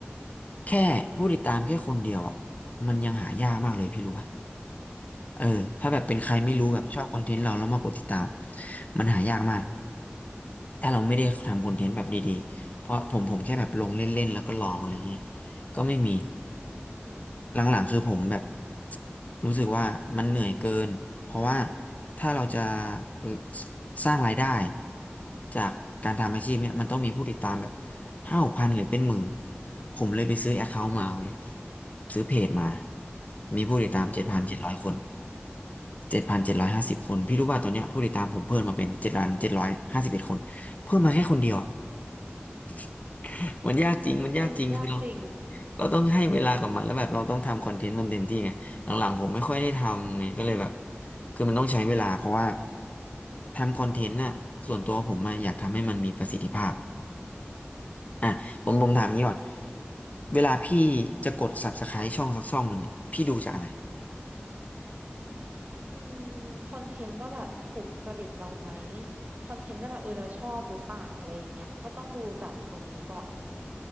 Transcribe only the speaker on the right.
อืม
อืม
อืม
เออยากจริง
อืมคอนเทนต์ว่าแบบถูกจริตเราไหมคอนเทนต์ว่าแบบเออเราชอบหรือเปล่าอะไรอย่างเงี้ยก็ต้องดูจากตรงนี้ก่อน